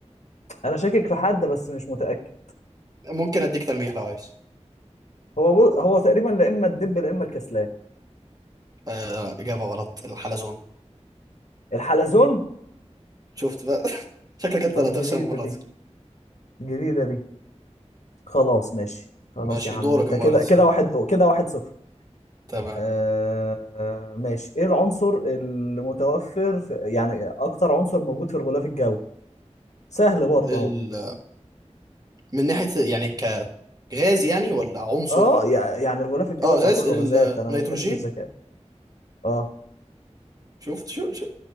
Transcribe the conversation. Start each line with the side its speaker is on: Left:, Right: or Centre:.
Left: انا شاكك في حد بس مش متاكد
Right: ممكن اديك تلميح لو عايز
Left: هو بو... هو تقريبا لا اما الدب لا اما الكسلان
Right: آه اجابه غلط الحلزون
Left: الحلزون
Right: شفت بقى <laughs> شكلك انت
Left: طب
Right: اللي هتخسر
Left: جديده
Right: المره
Left: دي
Right: دي
Left: جديده دي خلاص ماشي خلاص
Right: ماشي
Left: يا عم
Right: دورك
Left: انت
Right: المره
Left: كده
Right: دي تسأل.
Left: كده واحد كده واحد صفر
Right: تمام
Left: آه... ماشي ايه العنصر المتوفر في... يعني اكتر عنصر موجود في الغلاف الجوي سهل برضه
Right: ال...
Left: اهو
Right: من ناحية يعني ك... غاز يعني ولا عنصر
Left: اه يع- يعني الغلاف الجوي
Right: اه
Left: ما
Right: غاز
Left: هو كله
Right: النيتروجين
Left: غازات انا ما بحبش الذكاء اه
Right: شفت شو شو